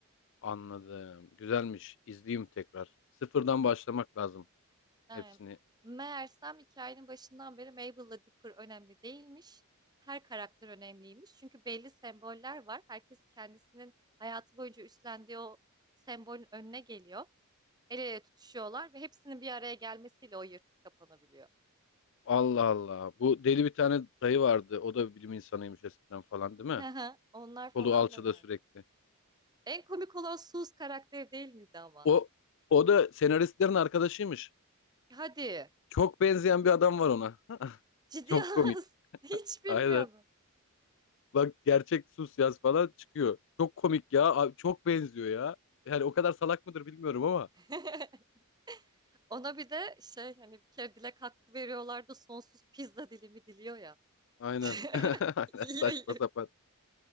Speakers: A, on the left (about 55°); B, on the right (about 20°).
A: anladım. Güzelmiş. İzleyeyim tekrar. Sıfırdan başlamak lazım
B: Evet.
A: hepsini.
B: Meğersem hikayenin başından beri Mabel'la Dipper önemli değilmiş. Her karakter önemliymiş. Çünkü belli semboller var. Herkes kendisinin hayatı boyunca üstlendiği o sembolün önüne geliyor. El ele tutuşuyorlar ve hepsinin bir araya gelmesiyle o yırtık kapanabiliyor.
A: Allah Allah. Bu deli bir tane dayı vardı. O da bir bilim insanıymış eskiden falan değil
B: <laughs>
A: mi?
B: Onlar falan
A: Kolu alçıda
B: da vardı.
A: sürekli.
B: En komik olan Sus karakteri değil miydi ama?
A: O o da senaristlerin arkadaşıymış.
B: Hadi.
A: Çok benzeyen bir adam var ona. <laughs>
B: Ciddi
A: Çok
B: <laughs> olamazsın.
A: komik.
B: Hiç bilmiyordum.
A: Aynen. Bak gerçek sus yaz falan çıkıyor. Çok komik ya. Abi, çok benziyor ya. Yani o kadar salak mıdır bilmiyorum ama.
B: <laughs> Ona bir de şey hani bir kere dilek hakkı veriyorlar da sonsuz pizza dilimi diliyor ya.
A: Aynen.
B: <laughs>
A: <laughs> Aynen
B: Yiyor,
A: saçma
B: yiyor.
A: sapan.